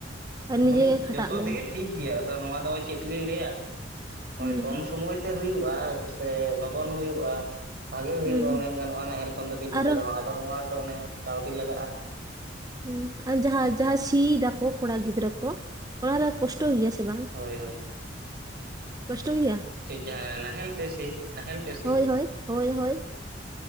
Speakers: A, on the right; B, on the right.
A: ᱟᱨ ᱱᱤᱡᱮ
B: ᱢᱟᱱᱮ
A: ᱜᱮ ᱠᱷᱟᱴᱟᱜ
B: ᱡᱚᱛᱚ
A: ᱢᱮ
B: ᱛᱮᱜᱮ ᱴᱷᱤᱠ ᱜᱮᱭᱟ ᱟᱫᱚ ᱱᱚᱣᱟ ᱫᱚ ᱪᱮᱫ ᱞᱤᱧ ᱞᱟᱹᱭᱟ
A: ᱦᱩᱸ
B: ᱳᱭ ᱠᱚᱢ ᱥᱚᱢᱚᱭ ᱛᱮ ᱦᱩᱭᱩᱜᱼᱟ ᱥᱮ ᱞᱚᱜᱚᱱ ᱦᱩᱭᱩᱜᱼᱟ ᱵᱷᱟᱜᱮ ᱦᱩᱭᱩᱜᱼᱟ
A: ᱦᱩᱸ
B: ᱢᱮᱱ ᱜᱟᱱᱚᱜ ᱱᱟᱦᱮᱞ ᱠᱷᱚᱱ ᱫᱚ ᱠᱤᱪᱷᱩᱴᱟ
A: ᱟᱨᱚ
B: ᱨᱮᱦᱚᱸ ᱟᱫᱚ ᱱᱚᱣᱟ ᱨᱮᱫᱚ ᱚᱱᱮ ᱠᱟᱹᱣᱰᱤ ᱞᱟᱜᱟᱜᱼᱟ
A: ᱦᱮ ᱟᱨ ᱡᱟᱦᱟᱸ ᱡᱟᱦᱟᱸ ᱥᱤ ᱫᱟᱠᱚ ᱠᱚᱲᱟ ᱜᱤᱫᱽᱨᱟᱹ ᱠᱚ ᱚᱱᱟᱨᱮ ᱠᱚᱥᱴ ᱠᱚᱥᱴᱚ ᱜᱮᱭᱟ ᱥᱮ ᱵᱟᱝ
B: ᱦᱳᱭ ᱦᱳᱭ
A: ᱠᱚᱥᱴᱚ ᱜᱮᱭᱟ
B: ᱪᱮᱫ ᱡᱟᱦᱟᱸ ᱱᱟᱦᱮᱞ ᱛᱮ ᱥᱤ ᱱᱟᱦᱮᱞ ᱛᱮ ᱥᱤ
A: ᱦᱳᱭ ᱦᱳᱭ ᱦᱳᱭ ᱦᱳᱭ